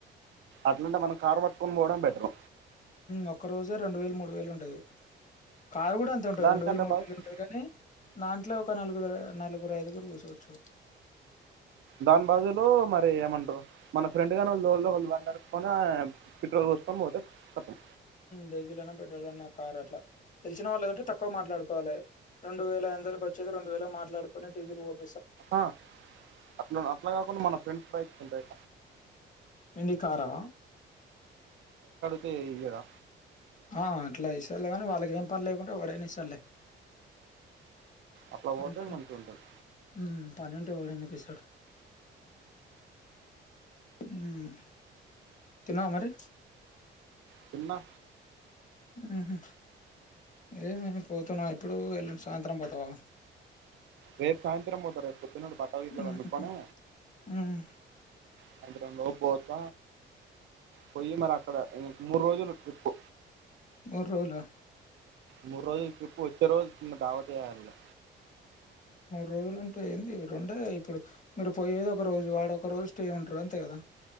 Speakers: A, on the right; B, on the left.
A: అట్లాంటే మనం కారు పట్టుకొని పోవడం బెటర్.
B: ఒక్క రోజు రెండు వేలు, మూడు వేలు ఉంటది. కారు కూడా అంతే ఉంటది
A: దానికంటే
B: రెండు వేలు, మూడు
A: బైక్
B: వేలు ఉంటది, గాని దాంట్లో ఒక నలుగుర్, నలుగురు, ఐదుగురు కూర్చొచ్చు. చో
A: దాని బదులు మరి ఏమంటారు మన ఫ్రెండ్ గానీ తొలోలు వోళ్ళు బకతే పెట్రోల్ పోసుకొని పోతే కతం
B: డీజిల్ అనా, పెట్రోల్ అనా, కార్ అట్లా తెలిసిన వాళ్లదంటే తక్కువ మాట్లాడుకోవాలి. రెండు వేల ఐదువందలకి వచ్చేది రెండు వేలకి మాట్లాడుకుని డిసిల్ పోపి
A: ఆహా అట్లా అట్లా కాకుండా మన ఫ్రెండ్స్ బైక్స్ ఉంటాయ్
B: ఎంటి కారా
A: పేయిగా
B: ఆ అట్లా ఇస్తార్లే కానీ వాళ్ళకి ఏం పని లేకుంటే వాడైన ఇస్తార్లే.
A: అట్లా పోతే
B: అంతేలే
A: మంచిగా ఉంటది
B: హుమ్మ్ పనుంటే ఎవడు ఎందుకు ఇస్తాడు మ్మ్ తిన్నావ మరి
A: తిన్నా
B: మ్మ్ హు లేదు మళ్ళీ పోతున్నా ఇప్పుడు ఎల్లుండి సాయంత్రం పోతావా
A: రేపు సాయంత్రం పోత రేప్ పొద్దున ఉండి బట్టలు గిట్ల
B: హుహుహు.
A: కొనుక్కుని
B: హ్మ్.
A: స్రాయంత్రం లోపు బోత పోయి మరి అక్కడ ఇ మూడు రోజులు లకి ట్రిప్పు
B: మూడు రోల
A: మూడు రోజుల ట్రిప్పు వచ్చే రోజు కింద దావత్తు ఇయాలిగా
B: రోలు అంటే ఎంది రెండే ఇప్పుడు మీరు పోయేది ఒక రోజు ఆడొ ఒక రోజు స్టే ఉంట్రు అంతే కదా